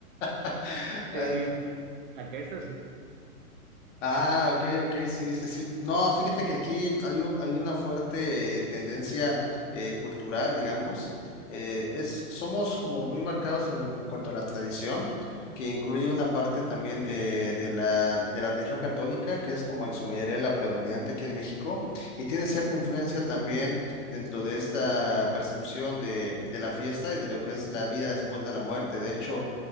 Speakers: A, on the left (about 50°); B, on the right (about 35°).
A: <laughs>
B: ¿En
A: Es-
B: serio? Acá está así.
A: Ah, ok, ok, sí, sí, sí. No, fíjate que aquí hay un, hay una fuerte tendencia eh, cultural, digamos. Eh, es, somos como muy marcados en, en cuanto a la tradición, que incluye una parte también eh, de la, de la religión católica, que es como en su mayoría la predominante aquí en México, y tiene cierta influencia también dentro de esta percepción de, de la fiesta y de lo que es la vida después de la muerte. De hecho,